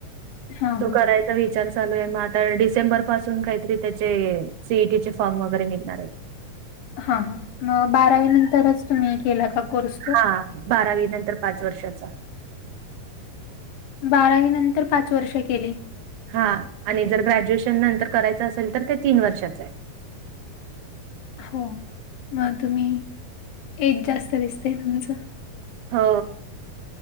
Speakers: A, on the left (about 85°); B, on the right (about 70°).
A: हा
B: तो
A: हा
B: करायंचा वि विचारं चालूं आहे मंग आंता डिसेंबर पासूंन कांहींतरी त्यांचे सीईटी चे फॉर्म वगैरें निघणांर आहेतं
A: हां हां मंग बारावी नंतरच तुम्हीं केलां कां कोर्स तो
B: हां बारावी नंतर पांच वर्षाचा
A: बारावी नंतर पांच वर्ष केली
B: हां आणि जरं ग्रॅज्युएशन नंतर करायचं असेल तरं ते तीनं वर्षाचं आहे
A: हो मंग तुम्हीं एज जास्तं दिसते तुमचं
B: हो